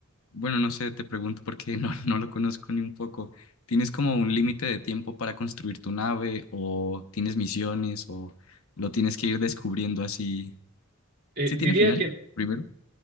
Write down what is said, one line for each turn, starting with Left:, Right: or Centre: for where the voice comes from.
Left: bueno, no sé, te pregunto porque <laughs> no, no lo conozco ni un poco. ¿Tienes como un límite de tiempo para construir tu nave o tienes misiones o lo tienes que ir descubriendo así?
Right: Eh,
Left: ¿Sí
Right: diría
Left: tiene final
Right: que
Left: primero?